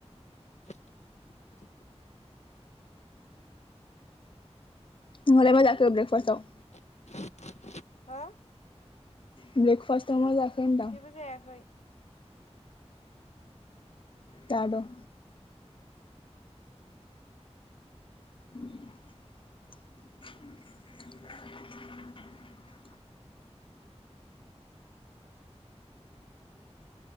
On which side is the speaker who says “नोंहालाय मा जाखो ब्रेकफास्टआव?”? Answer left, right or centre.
Left